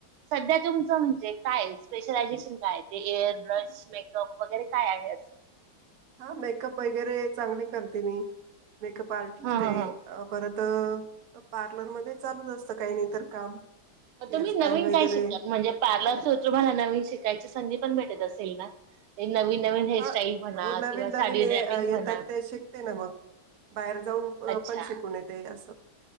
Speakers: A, on the right; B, on the right.
A: सध्या तुमचं म्हणजे काये? स्पेशलायझेशन काय? ते एअर ब्रश मेकअप वगैरे काय आहे असं
B: हां मेकअप वगैरे चांगली करते मी मेकअप आर्टिस्टे.
A: हा हा हा
B: अं परतं पार्लरमध्ये चालूचं असतं काई नाईतर काम
A: म
B: हेअरस्टाईल
A: तुमी नवीन
B: वगैरे
A: काय शिकलातं म्हणजे पार्लरचं तुम्हाला नवीन शिकायची संधी पण भेटत असेल ना- ए नवीन-नवीन हेअरस्टाईल
B: हा
A: म्हणा,
B: हो नवीन
A: किंवा
B: नवीन
A: साडी
B: ये-
A: ड्रॅपिंग
B: अ,
A: म्हणा.
B: येतात ते शिकते ना मग बाहेर जाऊन
A: अच्छा
B: पणं शिकून येते असं